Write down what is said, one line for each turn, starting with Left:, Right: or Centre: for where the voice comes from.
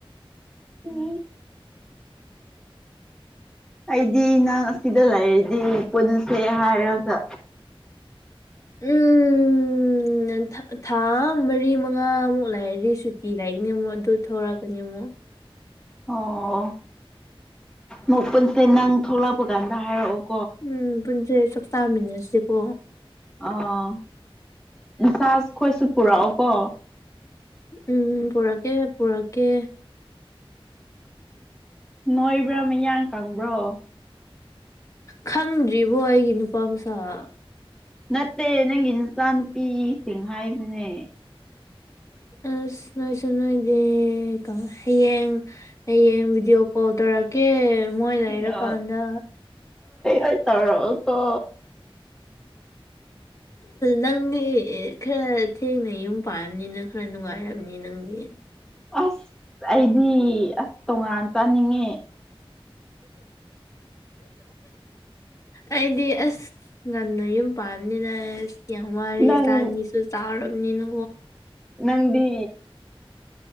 Centre: ꯎꯝ ꯑꯩꯗꯤ ꯅꯪ ꯑꯁꯤꯗ ꯂꯩꯔꯗꯤ ꯄꯨꯟꯁꯦ ꯍꯥꯏꯔꯒ
Left: ꯎꯝ ꯊꯥ ꯃꯔꯤ ꯃꯉꯥꯃꯨꯛ ꯂꯩꯔꯗꯤ ꯁꯨꯇꯤ ꯂꯒꯅꯤ ꯑꯃꯨꯛ ꯑꯗꯨ ꯊꯧꯔꯛꯀꯅꯤ ꯑꯃꯨꯛ
Centre: ꯑꯣ ꯃꯨꯛ ꯄꯨꯟꯁꯦ ꯅꯪ ꯊꯣꯛꯂꯛꯄ ꯀꯥꯟꯗ ꯍꯥꯏꯔꯛꯑꯣ
Left: ꯎꯝ ꯄꯨꯟꯁꯦ ꯆꯥꯛꯆꯥꯃꯤꯟꯅꯁꯤꯀꯣ
Centre: ꯑꯥ ꯏꯆꯥꯈꯣꯏꯁꯨ ꯄꯨꯔꯛꯑꯣꯀꯣ
Left: ꯎꯝ ꯄꯣꯔꯛꯀꯦ ꯄꯣꯔꯛꯀꯦ
Centre: ꯅꯣꯏꯕ꯭ꯔꯥ ꯃꯌꯥꯡ ꯀꯪꯕ꯭ꯔꯣ
Left: ꯈꯪꯗ꯭ꯔꯤꯕꯣ ꯑꯩꯒꯤ ꯅꯨꯄꯥ ꯃꯁꯛ
Centre: ꯅꯠꯇꯦ ꯅꯪꯒꯤ ꯅꯆꯥ ꯅꯨꯨꯄꯤꯁꯤꯡ ꯍꯥꯏꯕꯅꯦ
Left: ꯑꯁ ꯅꯣꯏꯁꯨ ꯅꯣꯏꯗꯦ ꯍꯌꯦꯡ ꯍꯌꯦꯡ ꯚꯤꯗꯤꯑꯣ ꯀꯣꯜ ꯇꯧꯔ ꯇꯧꯔꯛꯀꯦ ꯃꯣꯏ ꯂꯩꯔꯀꯥꯟꯗ
Centre: ꯑꯩ ꯑꯩ ꯇꯧꯔꯛꯑꯣꯀꯣ
Left: ꯅꯪꯗꯤ ꯈꯔ ꯊꯦꯡꯅ ꯌꯨꯝ ꯄꯥꯠꯕꯅꯤꯅ ꯈꯔ ꯅꯨꯡꯉꯥꯏꯔꯝꯅꯤ ꯅꯪꯗꯤ
Centre: ꯑꯁ ꯑꯩꯗꯤ ꯑꯁ ꯇꯣꯉꯥꯟ ꯆꯥꯅꯤꯡꯉꯤ
Left: ꯑꯩꯗꯤ ꯑꯁ ꯉꯟꯅ ꯌꯨꯝ ꯄꯥꯝꯕꯅꯤꯅ ꯌꯥꯝ ꯋꯥꯔꯦ
Centre: ꯅꯪ
Left: ꯆꯥꯅꯤꯁꯨ ꯆꯥꯎꯔꯕꯅꯤꯅ
Centre: ꯅꯪꯗꯤ